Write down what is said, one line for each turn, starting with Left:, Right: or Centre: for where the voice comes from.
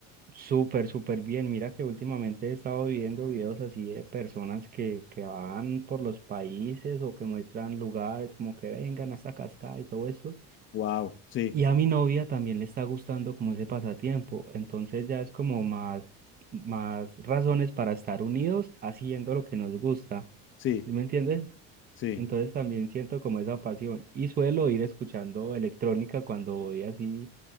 Right: súper, súper bien. Mira que últimamente he estado viendo videos así de personas que, que van por los países o que muestran lugares como que vengan hasta Cascada y todo esto.
Left: Wow, sí,
Right: Y a mi novia también le está gustando como ese pasatiempo, entonces ya es como más, más razones para estar unidos haciendo lo que nos gusta,
Left: sí,
Right: ¿sí me entiendes?
Left: sí.
Right: Entonces también siento como esa pasión y suelo ir escuchando electrónica cuando voy así